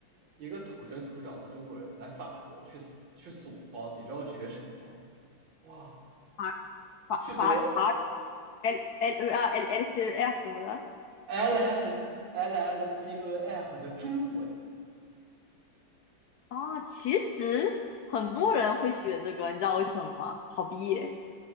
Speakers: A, on the right; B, on the left.
A: 一个土生土长的中国人来法国去去索邦，你知道学什么吗？哇，
B: 法法法法
A: 去读
B: L L L L L C L 什么的
A: l l 和 l l c o f 的中文。
B: 啊，其实很多人会学这个，你知道为什么吗？好毕业。